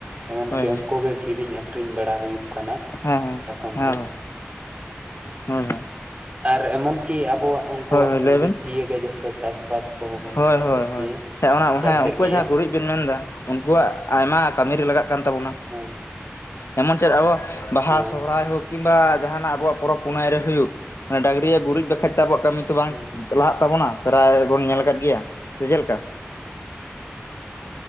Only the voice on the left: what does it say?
ᱦᱳᱭ ᱦᱳᱭ
ᱦᱮᱸ
ᱦᱮᱸ ᱦᱮᱸ
ᱦᱳᱭ ᱦᱳᱭ
ᱦᱳᱭ ᱦᱳᱭ
ᱞᱟᱹᱭ ᱵᱮᱱ
ᱦᱳᱭ
ᱦᱳᱭ
ᱦᱳᱭ
ᱦᱮᱸ ᱚᱱᱟ
ᱦᱮᱸ
ᱩᱱᱠᱩᱣᱟᱜ
ᱡᱟᱦᱟᱸ ᱜᱩᱨᱤᱡ ᱵᱮᱱ ᱢᱮᱱ ᱫᱟ, ᱩᱱᱠᱩᱣᱟᱜ ᱟᱭᱢᱟ ᱠᱟᱹᱢᱤ ᱨᱮ ᱞᱟᱜᱟᱜ ᱠᱟᱱ ᱛᱟᱵᱚᱱᱟ᱾
ᱮᱢᱚᱱ ᱪᱮᱫ ᱟᱵᱚ, ᱵᱟᱦᱟ
ᱥᱚᱦᱚᱨᱟᱭ ᱦᱳᱠ ᱠᱤᱝᱵᱟ ᱡᱟᱦᱟᱱᱟᱜ ᱟᱵᱚᱣᱟᱜ ᱯᱚᱨᱚᱵᱽ ᱯᱩᱱᱟᱹᱭ ᱨᱮ ᱦᱩᱭᱩᱜ, ᱰᱟᱝᱨᱟᱜ ᱜᱩᱨᱤᱡ ᱵᱟᱠᱷᱟᱡ ᱫᱚ ᱟᱵᱚᱣᱟᱜ ᱠᱟᱹᱢᱤ ᱛᱚ ᱵᱟᱝ
ᱞᱟᱦᱟᱜ ᱛᱟᱵᱚᱱᱟ ᱯᱨᱟᱭ ᱵᱚᱱ ᱧᱮᱞ ᱟᱠᱟᱫ ᱜᱮᱭᱟ, ᱥᱮ ᱪᱮᱫ ᱞᱮᱠᱟ?